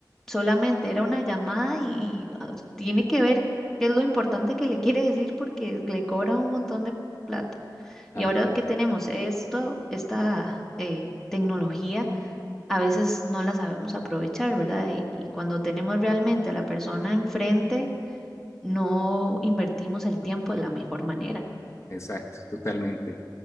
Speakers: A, in the centre; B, on the left (about 40°).
A: solamente era una llamada y ah, tiene que ver qué es lo importante que le quiere decir porque le cobran un montón de plata.
B: claro.
A: Y ahora que tenemos esto, esta eh, tecnología, a veces no la sabemos aprovechar, ¿verdad? Y, y cuando tenemos realmente a la persona enfrente, no invertimos el tiempo de la mejor manera.
B: Exacto, totalmente.